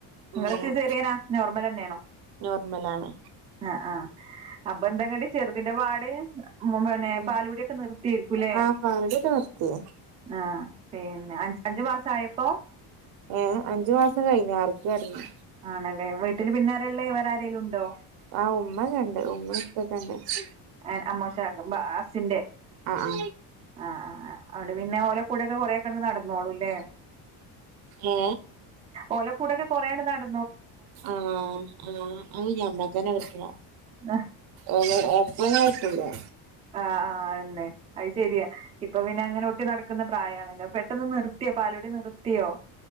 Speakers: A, on the right; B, on the right.
A: ങ്ങളെ
B: ഉം
A: സിസേറിയനാ? നോർമലെന്യാണോ?
B: നോർമലാണ്
A: അ ആ അപ്പെന്താങ്ങട് ചെറുതിന്റെ പാട് മുമെൻ ഏ
B: ഉം
A: പാലുകുടിയൊക്കെ നിർത്തിയേര്ക്കൂലെ
B: ആ പകുതി ഒക്കെ നിർത്തി
A: ആഹ് പിന്നെ അഞ്ച് അഞ്ച് മാസാ യപ്പോ
B: ഏഹ് അഞ്ച് മാസം കയ്ഞ്ഞ ആർക്കടന്നു
A: ആണല്ലേ വീട്ടില് പിന്നാരേഇള്ളേ? വേറാരേലും ഉണ്ടോ?
B: ആ ഉമ്മങ്ങണ്ട് ഉമ്മേം ഉപ്പൊക്ക്‌ ണ്ട്
A: ആൻ അമ്മോഷ ക്ക്‌ ബ അസ്സിന്റെ
B: ആ ആ
A: ആഹ് അവടെ പിന്നെ ഓലക്കൂടെയൊക്കെ കൊറെയൊക്കെ അങ്ങട് ന്നടന്നോളൂല്ലേ?
B: ഏ
A: ഓലകൂ കുടൊക്കെ കൊറേയണ്ട് ന്നട
B: ആഹ് ആഹ് അയ് ഞമ്മൾ തന്നെ വെശ്രാ
A: ആഹ്
B: ഓന് ഏട്ട്ത്തിയാണെ ഒട്ടൂലേ
A: ആ ആ അതനെ അയ് ശെരിയാ ഇപ്പ പിന്നെ അങ്ങനെ ഒട്ടി ന്നടക്കുന്ന പ്രായാണല്ലോ. പെട്ടെന്ന് നിർത്തി യോ പാലൂടി നിർത്തിയോ